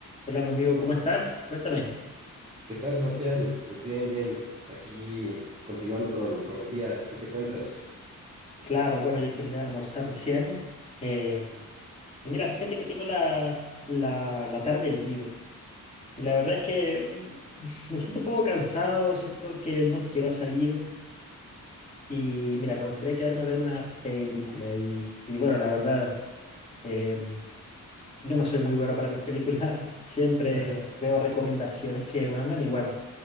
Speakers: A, on the left (about 20°); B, on the right (about 25°).
A: Hola, mi amigo, ¿cómo estás? Cuéntame.
B: ¿Qué tal, Sebastián? Pues bien, bien. Aquí continuando con, con el día. ¿Tú qué cuentas?
A: Claro, bueno, yo terminé de almorzar recién. eh, y mira, fíjate que tengo la, la, la tarde libre. Y la verdad es que mm, <laughs> me siento un poco cansado, siento que no quiero salir. Y mira, me gustaría quedarme a ver una película. Y, y bueno, la verdad, em, Yo no soy muy bueno para las películas, <laughs> siempre
B: <laughs>
A: veo recomendaciones que me mandan y bueno,